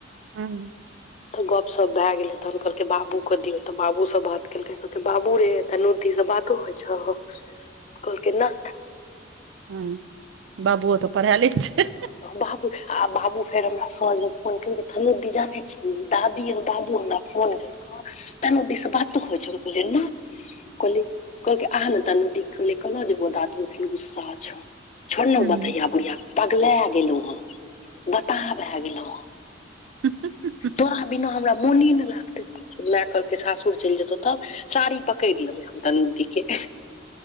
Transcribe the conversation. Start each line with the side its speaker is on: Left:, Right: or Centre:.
Right: हुँ
Left: तऽ गप सप भए गेलै तहन कहलकै बाबू के दियौ तऽ बाबूसँ बात केलकै कहलकै बाबू रे तनु दी से बात तु छहअ कहलकय ना
Right: हुँ बाबुओ तऽ पढ़ाय ले छै
Left: बाबू आ बाबू फेर हमरा सझमे फोन केलकय तनु दी जानै छी दादी दादू हमरा फोन केलकउ तनु दी से बात होइ छउ हम कहलियय नहि कहली कहलकय आ ने तनु दी कहलिए केना जे बो दादू एखन गुस्सा छौ छोड़ ने
Right: हूँ
Left: बतैया भैया पगला गेलहु हेँ बताह भै गेलहु हेँ
Right: हुँ हुँ हह
Left: तोरा बिना हमरा मोने ने लागते त माय कहलके सासुर चलि जेतौ तब साड़ी पकड़ि लेबै हम तनु दी के